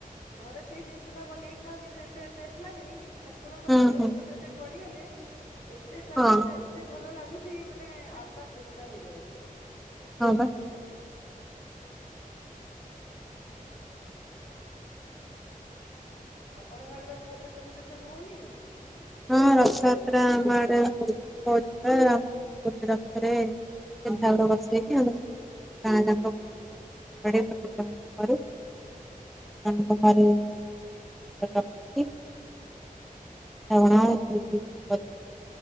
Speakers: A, on the left; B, in the centre.
A: ଘରେ ସେଇ ଜିନିଷ ଟା ବନେଇ ଖାଉ କିନ୍ତୁ ଏତେ ଟେଷ୍ଟ ଲାଗେନି, କିନ୍ତୁ, ଠା ଙ୍କର
B: ହୁଁ
A: ତୁଳସୀ
B: ହୁଁ
A: ପତ୍ର ଟେ ପଡିଗଲେ ଏତେ ସ୍ଵାଦିଷ୍ଟ
B: ହଁ
A: ଏତେ ଭଲ ଲାଗୁଛି ମାନେ ଆତ୍ମା ତୃପ୍ତ ହେଇଯାଉଛି।
B: ହଁ ବା।
A: ଆପଣଙ୍କ ଆଡେ ରଥଯାତ୍ରା ସେଲିବ୍ରେସନ ହଉନି କି?
B: ହଁ ରଥଯାତ୍ରା ଆମ ଆଡେ ହଉଛି, ତ ଗୋଟେ ରଥରେ ସେଠା ବସେଇକି ଆମେ ଗାଁ <unintelligible> <unintelligible> ବ ପ୍ର କରୁ ତାନଙ୍କ ଘରେ
A: ହ
B: ରଖିଛି କଣ